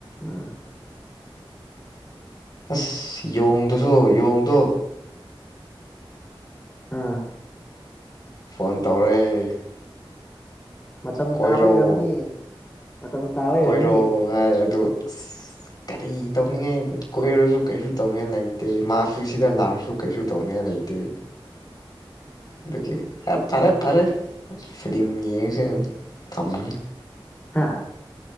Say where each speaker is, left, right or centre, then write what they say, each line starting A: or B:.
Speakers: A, on the left (about 20°); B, on the left (about 45°).
A: ꯑꯥ
B: ꯑꯁ ꯌꯣꯡꯗꯨꯁꯨ ꯌꯣꯡꯗꯣ
A: ꯑꯥ
B: ꯐꯣꯟ ꯇꯧꯔꯑꯦ ꯑ
A: ꯃꯇꯝ
B: ꯀꯣꯏꯔꯛꯑꯣ
A: ꯇꯥꯕ ꯏꯔꯝꯅꯤ ꯃꯇꯝ ꯇꯥꯕ
B: ꯀꯣꯏꯔꯣ
A: ꯏꯔꯝꯅꯤ
B: ꯍꯥꯏ ꯑꯗꯨ ꯑ ꯀꯔꯤ ꯇꯧꯅꯤꯡꯉꯦ ꯀꯣꯏꯔꯁꯨ ꯀꯩꯁꯨ ꯇꯧꯅꯦ ꯂꯩꯇꯦ ꯃꯥꯁꯨ ꯁꯤꯗ ꯂꯥꯛꯔꯁꯨ ꯀꯩꯁꯨ ꯇꯧꯅꯦꯅ ꯂꯩꯇꯦ ꯑꯗꯨꯇꯩ ꯑꯗꯨꯗꯒꯤ ꯑꯦ ꯇꯥꯔꯦ ꯇꯔꯦ ꯐꯤꯂꯤꯂꯝ ꯌꯦꯡꯉꯁꯤꯦ ꯊꯝꯃꯁꯨ
A: ꯍꯥꯥ